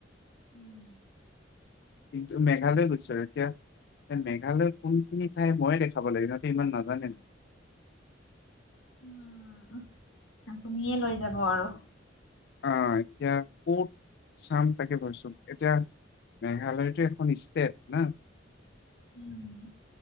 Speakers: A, on the left; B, on the left.
A: উম,
B: কিন্তু মেঘালয় গৈছো আৰু এতিয়া তে মেঘালয়ৰ কোনখিনি ঠাই ময়ে দেখাব লাগিব সিহঁতে ইমান নাজানে
A: <unintelligible> আপুনিয়ে লৈ যাব আৰু।
B: আহ, এতিয়া ক'ত চাম তাকে ভাবিছোঁ এতিয়া মেঘালয়টো এখন ষ্টেট না?
A: উম,